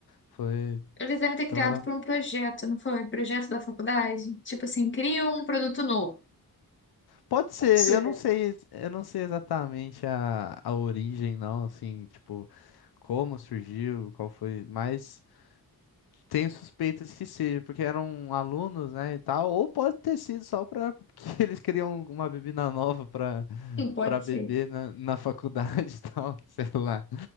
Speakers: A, on the left (about 90°); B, on the left (about 30°).
A: Foi.
B: Eles devem ter
A: Então
B: criado
A: ela
B: por um projeto, não foi? Projeto da faculdade? Tipo assim, cria um produto novo.
A: Pode ser,
B: Sim.
A: eu não sei, eu não sei exatamente a, a origem, não, assim, tipo, como surgiu, qual foi, mas tenho suspeitas que seja, porque eram alunos, né, e tal, ou pode ter sido só para <laughs> que eles criam uma bebida nova para
B: Sim, pode
A: para beber
B: ser.
A: na, na faculdade e tal, <laughs> sei lá.